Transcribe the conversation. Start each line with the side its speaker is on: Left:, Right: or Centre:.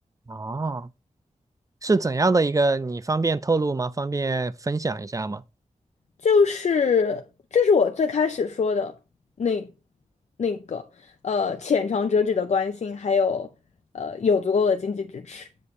Right: 哦是怎样的一个？你方便透露吗？方便分享一下吗？
Left: 就是这是我最开始说的那那个呃浅尝辄止的关心，还有呃有足够的经济支持，